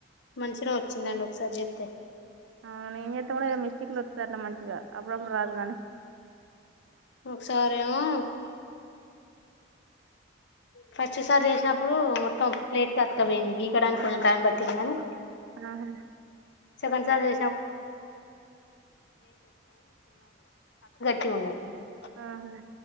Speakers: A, on the left; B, on the right.
A: మంచిగనొచ్చిందండి ఒకసారి జేతే
B: ఆ నేం జేస్తె గుడా ఎదొ మిస్టేక్లొ ఒత్తది అట్ల మంచిగా అప్పుడప్పుడు రాదు గానీ
A: ఒకసారేమో! ఫస్ట్ సారి చేసినప్పుడూ మొత్తం ప్లేట్ కె అతుక్కపోయింది. గీకడానికి కొంచెం టైం పట్టింది గాని
B: ఆహా
A: సెకండ్ సారి <unintelligible> <unintelligible>
B: ఆహా!